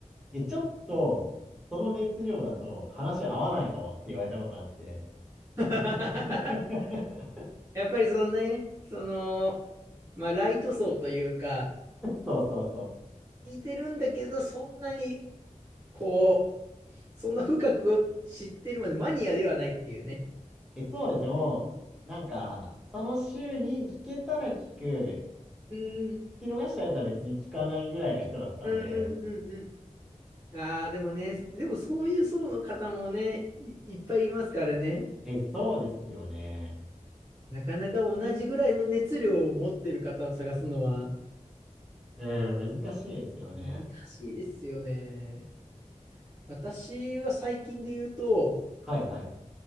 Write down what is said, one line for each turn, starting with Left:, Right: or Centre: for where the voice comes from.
Centre: え、ちょっと、その熱量だと話合わないかもって言われたことあって。
Right: <laughs>
Centre: <laughs>
Right: やっぱりそのね、その、まあ、ライト層というか、
Centre: そうそうそう。
Right: 聞いてるんだけど、そんなに、こう、そんな深く知ってるまでマニアではないっていうね。
Centre: え、そうですね、もう、なんか、その週に聞けたら聞く、聞
Right: うん、うん
Centre: き逃したやつは別に聞かないぐらいの人だったんで、
Right: うんうんうん。ああ、でもね、でもそういう層の方もね、い、いっぱいいますからね。
Centre: え、そうですよね。
Right: なかなか同じぐらいの熱量を持ってる方を探すのは
Centre: うん、難しいですよね。
Right: 難しいですよね。私は最近で言うと、
Centre: はいはい。